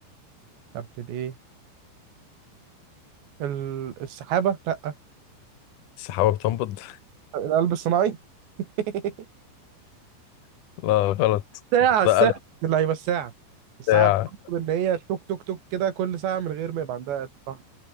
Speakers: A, on the right; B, on the left.
A: قبل الايه ال- السحابة لا
B: السحابه بتنبض
A: القلب الصناعي <laughs>
B: <laughs> لا غلط
A: ساعة الساعة
B: ده قلب
A: اللعيبة الساعة الساعة
B: بتاع
A: بتطلب إن هي توك توك توك كده كل ساعة من غير ما يبقى عندها قتل. صح